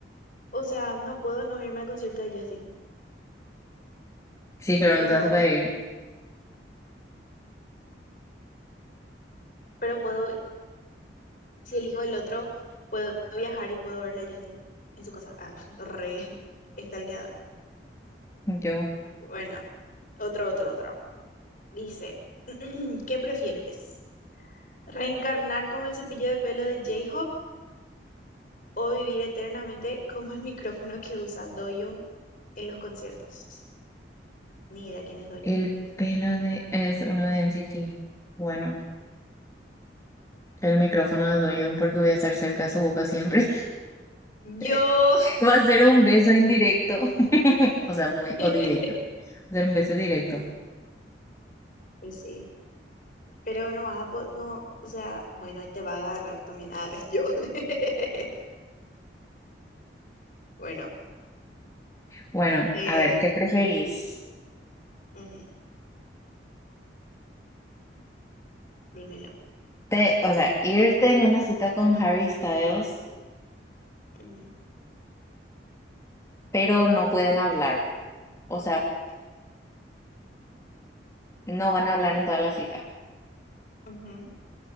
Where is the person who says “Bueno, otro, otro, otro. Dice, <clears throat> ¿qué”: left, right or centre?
Left